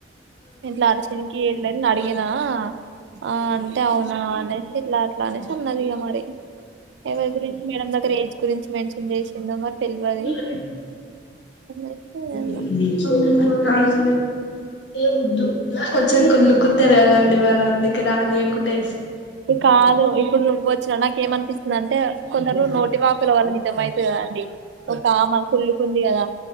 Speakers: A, on the right (about 70°); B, on the left (about 75°).
A: ఇట్లా అరిచేనికి ఏజ్ లేదని అడిగినా ఆ అంటే అవునా అనేసి ఇట్లా అట్లా అనేసి అన్నది ఇగ మరి ఎవరి గురించి మేడం దగ్గర ఏజ్ గురించి మెన్షన్ చేసిందో మరి తెల్వది
B: <inaudible>
A: అనేసి
B: వుండి
A: అన్న.
B: వద్దు కొంచెం కుళ్లు కుంటారు కదండీ వాళ్ళందు రాని ఎకుటే
A: కాదు ఇప్పుడు నువ్వు వచ్చిన నాక ఏమనిపిస్తుంది అంటే కొందరు నోటి వాక్కుల వాళ్ల నిజం అవుతుంది కదండి ఒక ఆమె కుళ్ళకుంది కదా